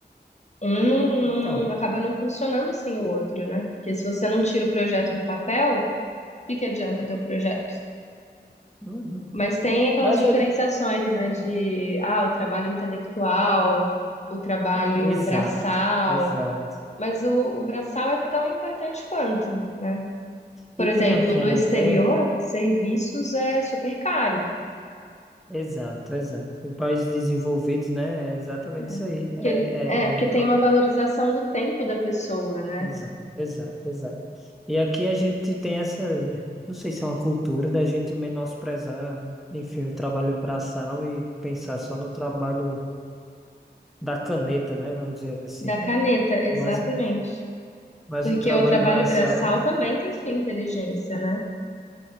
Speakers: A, on the left; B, in the centre.
A: Um não,
B: Então.
A: não acaba não funcionando sem o outro, né? Porque se você não tira o projeto do papel, o que que adianta ter o projeto?
B: uhum.
A: Mas tem aquelas
B: Mas
A: diferenciações,
B: ele
A: né, de ah, o trabalho intelectual, o trabalho
B: Exato,
A: braçal,
B: exato.
A: mas o, o braçal é tão importante quanto, né? Por
B: E
A: exemplo,
B: tem aquela
A: no exterior,
B: ideia,
A: serviços é super caro,
B: exato, exato. Em países desenvolvidos, né? É exatamente
A: né?
B: isso aí. É,
A: Que ele,
B: é,
A: é, porque
B: é,
A: tem
B: ó,
A: uma valorização do tempo da pessoa, né?
B: exato, exato, exato. E aqui a gente tem essa, não sei se é uma cultura da gente menosprezar, enfim, o trabalho braçal e pensar só no trabalho da caneta, né? Vamos dizer assim,
A: Da
B: né?
A: caneta, exatamente.
B: Mas, mas
A: Porque
B: o trabalho
A: o trabalho
B: braçal
A: braçal também tem sua inteligência, né?